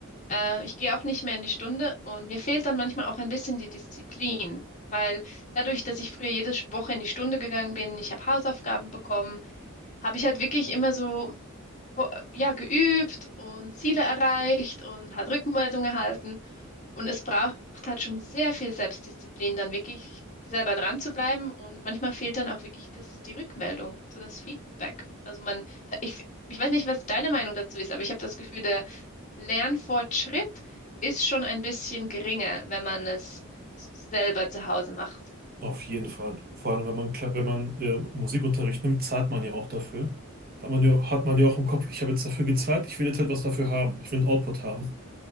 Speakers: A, on the left; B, on the right.
A: äh, ich gehe auch nicht mehr in die Stunde und mir fehlt dann manchmal auch ein bisschen die Disziplin, weil dadurch, dass ich früher jede Sch- Woche in die Stunde gegangen bin, ich habe Hausaufgaben bekommen, habe ich halt wirklich immer so bo- ja geübt und Ziele erreicht und halt Rückmeldung erhalten und es braucht halt schon sehr viel Selbstdisziplin, dann wirklich selber dran zu bleiben und manchmal fehlt dann auch wirklich das die Rückmeldung, so das Feedback. Also man ich ich weiß nicht, was deine Meinung dazu ist, aber ich habe das Gefühl, der Lernfortschritt ist schon ein bisschen geringer, wenn man es selber zu Hause macht.
B: Auf jeden Fall. Vor allem, wenn man, kle- wenn man äh, Musikunterricht nimmt, zahlt man ja auch dafür. Da hat man ja, hat man ja auch im Kopf, ich habe jetzt dafür gezahlt, ich will jetzt etwas dafür haben. Ich will einen Output haben.